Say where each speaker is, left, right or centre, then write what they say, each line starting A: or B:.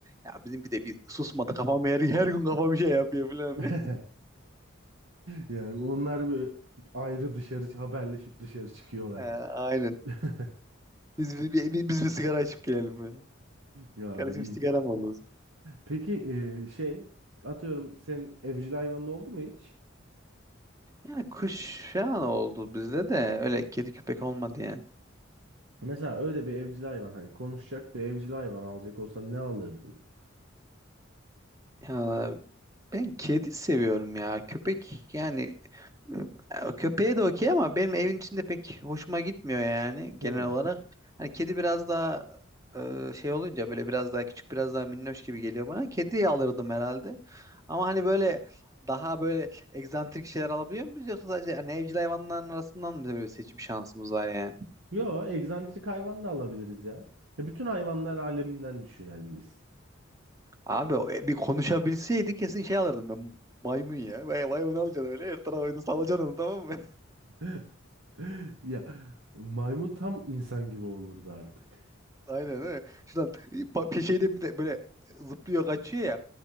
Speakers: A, on the right; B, on the right.
A: Ya bizimki de bir susmadı kafam her, her gün kafam şey yapıyor falan.
B: <laughs>
A: <laughs>
B: Yani onlar bir ayrı dışarı haberleşip dışarı çıkıyorlar.
A: Ee, aynen.
B: <laughs>
A: Biz bir, bir- bir- biz bir sigara içip gelelim böyle.
B: Ya
A: Kardeşim
B: iyi.
A: sigara mı olur?
B: Peki e, şey atıyorum sen evcil hayvanın oldu mu hiç?
A: Yani kuş falan oldu bizde de öyle kedi köpek olmadı yani.
B: Mesela öyle bir evcil hayvan hani konuşacak bir evcil hayvan alacak olsan ne alırdın?
A: Ya ben kedi seviyorum ya. Köpek yani Ya, Köpeğe de okey ama benim evin içinde pek hoşuma gitmiyor yani
B: Hmm.
A: genel olarak. Hani kedi biraz daha e, şey olunca böyle biraz daha küçük biraz daha minnoş gibi geliyor bana. Kediyi alırdım herhalde. Ama hani böyle daha böyle egzantrik şeyler alabiliyor muyuz yoksa sadece hani evcil hayvanların arasından mı böyle bir seçim şansımız var yani?
B: Yo, egzantrik hayvan da alabiliriz ya. Ya bütün hayvanlar aleminden düşünelim biz.
A: Abi o- bir konuşabilseydi kesin şey alırdım ben maymun ya. Vay maymun alacaksın öyle her tarafa oyunu salacaksın onu, tamam mı?
B: <laughs> Ya maymun tam insan gibi olurdu artık.
A: Aynen öyle. Şuradan e, pa- pe- şeyden bir de böyle e, zıplıyor kaçıyor ya.